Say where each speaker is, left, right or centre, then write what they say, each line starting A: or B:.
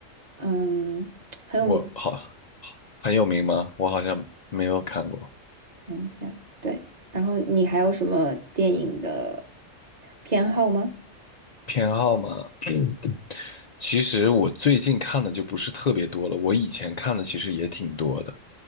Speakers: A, on the right (about 35°); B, on the left (about 70°).
A: 嗯，很有名，
B: 我好很有名吗？我好像没有看过。
A: 看一下。对，然后你还有什么电影的偏好吗？
B: 偏好嘛，<clears throat> 其实我最近看的就不是特别多了，我以前看的其实也挺多的。